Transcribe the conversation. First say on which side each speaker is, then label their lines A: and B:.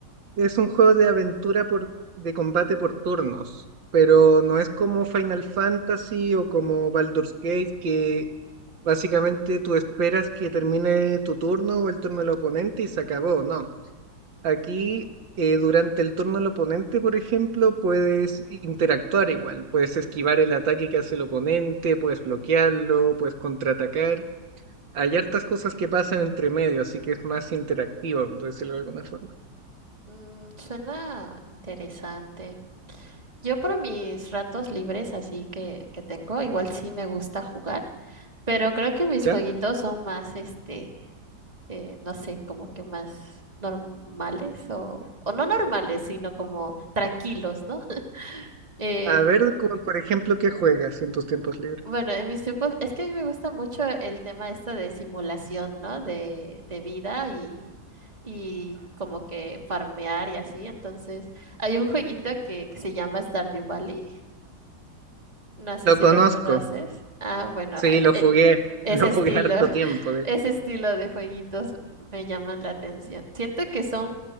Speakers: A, on the right; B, on the right.
A: es un juego de aventura por, de combate por turnos, pero no es como Final Fantasy o como Baldur's Gate, que básicamente tú esperas que termine tu turno o el turno del oponente y se acabó, no. Aquí, eh, durante el turno del oponente, por ejemplo, puedes interactuar igual, puedes esquivar el ataque que hace el oponente, puedes bloquearlo, puedes contraatacar. Hay hartas cosas que pasan entre medio, así que es más interactiva, por decirlo de alguna forma.
B: Mm, suena interesante. Yo por mis ratos libres así que, que tengo, igual sí me gusta jugar, pero creo que mis
A: ¿Ya?
B: jueguitos son más este eh, no sé, como que más normales o, o no normales, sino como tranquilos, ¿no? <laughs> Eh,
A: A ver, como, por ejemplo, ¿qué juegas en tus tiempos libres?
B: bueno, en mis tiempos, es que a mí me gusta mucho el tema esto de simulación, ¿no? De, de vida y, y como que farmear y así. Entonces, hay un jueguito que, que se llama Stardew Valley No sé
A: Lo
B: si
A: conozco,
B: lo conoces. Ah, bueno,
A: sí,
B: a-
A: lo
B: e-
A: jugué,
B: e-
A: <laughs>
B: ese
A: lo
B: estilo,
A: jugué harto
B: <laughs>
A: tiempo, de
B: ese
A: hecho.
B: estilo de jueguitos me llaman la atención. Siento que son